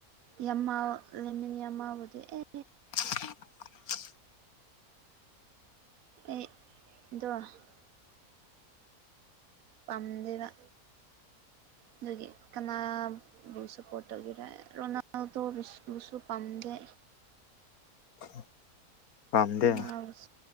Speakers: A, on the right; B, on the left.
A: ꯌꯥꯝꯃ ꯂꯩꯃꯤꯟꯅ ꯌꯥꯝ ꯃꯥꯕꯨꯗꯤ ꯑꯦ
B: <inaudible>
A: ꯑꯩ <inaudible> ꯄꯥꯝꯗꯦꯕ ꯑꯗꯨꯒꯤ ꯀꯅꯥ ꯕꯨꯁꯄꯣꯇꯜꯒꯤꯔꯦ ꯔꯣꯅꯥꯜꯗ ꯕꯨꯁꯨ ꯄꯥꯝꯗꯦ
B: <inaudible> ꯄꯥꯝꯗꯦ
A: ꯀꯅꯥꯕꯨ